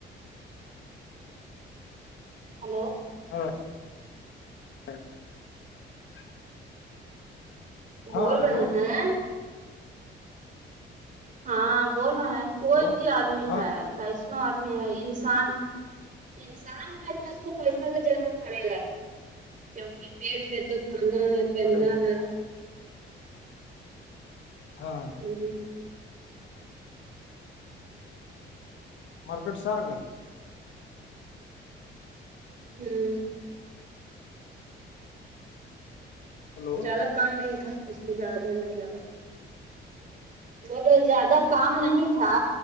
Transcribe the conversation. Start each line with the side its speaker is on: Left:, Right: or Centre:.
Right: ہلو
Left: <unintelligible>
Right: بول
Left: ہاں ہلو
Right: رہے ہیں ہاں بول رہے ہیں کوئی
Left: ہلو
Right: بھی آدمی
Left: ہاں
Right: ہے کیسن آدمی ہے انسان انسان ہے تو اس کو پیسہ کی ضرورت پڑے گا ہی کیونکہ پیٹ ہے تو کھانا ہے پہننا
Left: چڑے گا
Right: ہے
Left: ہاں
Right: ہوں
Left: مارکیٹ ساگ ہے
Right: ہمم
Left: ہلو
Right: ز کام نہیں تھا اس لیے زیادہ دیر نہیں لگا بولو زیادہ کام نہیں تھا